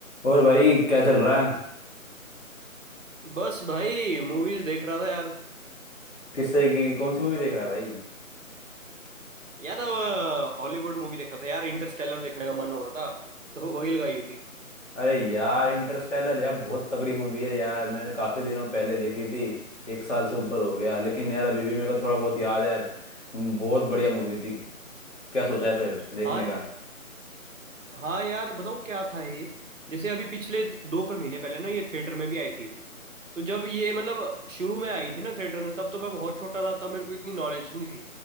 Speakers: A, on the left; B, on the right.
A: और भाई क्या चल रहा है
B: बस भाई मूवीज देख रहा था यार
A: किस तरीके की कौन सी मूवी देख रहा है भाई
B: यार हॉलीवुड मूवी देख रहा था यार इंटरस्टेलर देखने का मन हो रहा था तो वही लगाई थी
A: अरे यार इंटरस्टेलर यार बहुत तगड़ी मूवी है यार मैंने काफी दिनों पहले देखी थी एक साल से ऊपर हो गया लेकिन यार अभी भी मेरे को थोड़ा बहुत याद है यार हम्म, बहुत बढ़िया मूवी थी क्या सोचा है फिर देखने
B: हाँ यार
A: का
B: हाँ यार बताऊँ क्या था ये जैसे अभी पिछले दो कर महीने पहले ना ये थिएटर में भी आई थी तो जब ये मतलब शुरू में आई थी ना थिएटर में तब तो मैं बहुत छोटा था तब मेरे को इतनी नॉलेज नहीं थी